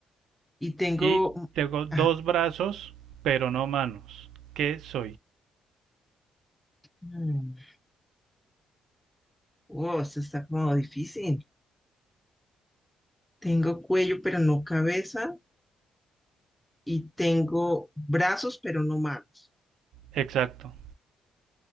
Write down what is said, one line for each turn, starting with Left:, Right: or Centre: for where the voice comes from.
Centre: Y tengo...
Right: Y tengo dos
Centre: Ah,
Right: brazos, pero no manos. ¿Qué soy?
Centre: mm. oh, esto está como difícil. Tengo cuello, pero no cabeza. Y tengo brazos, pero no manos.
Right: Exacto.